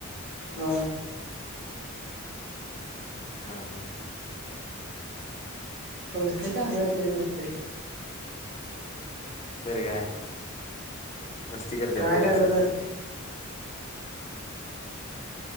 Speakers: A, on the right; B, on the left.
A: हो.
B: हा हा.
A: संस्क्याच्या अंगातले मस्त
B: तर काय मस्ती करतात
A: काय
B: बोर
A: काढत
B: सारखी
A: असते